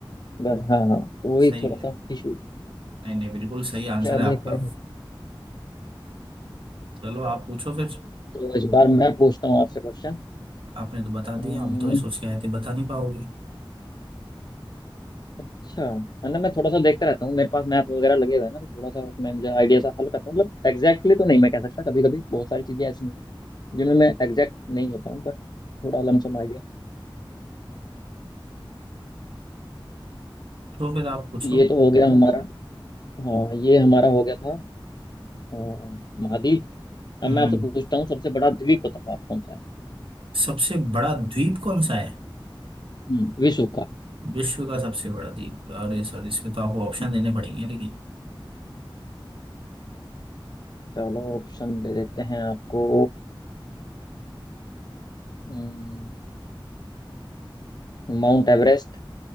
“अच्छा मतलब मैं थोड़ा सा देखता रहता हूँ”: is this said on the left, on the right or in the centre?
Left